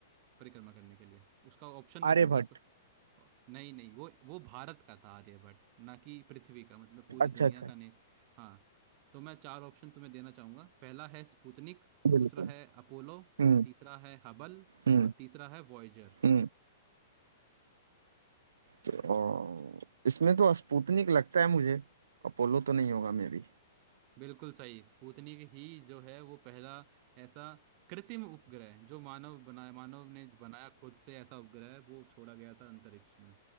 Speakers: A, on the right; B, on the right.
A: परिक्रमा करने के लिए उसका ऑप्शन भी
B: आर्यभट्ट
A: दूंगा क- नहीं नहीं वो वो भारत का था आर्यभट्ट ना कि पृथ्वी का मतलब पूरी
B: अच्छा
A: दुनिया
B: अच्छा
A: का नहीं हाँ तो मैं चार ऑप्शन तुम्हें देना चाहूंगा पहला है स्पुतनिक
B: बिल्कुल
A: दूसरा है अपोलो
B: हम्म
A: तीसरा है हबल
B: हम्म
A: और तीसरा है वॉयजर
B: हम्म तो, इसमें तो स्पुतनिक लगता है मुझे अपोलो तो नहीं होगा मे भी
A: बिल्कुल सही स्पुतनिक ही जो है वो पहला ऐसा कृत्रिम उपग्रह है, जो मानव बनाया मानव ने बनाया खुद से ऐसा उपग्रह वो छोड़ा गया था अंतरिक्ष में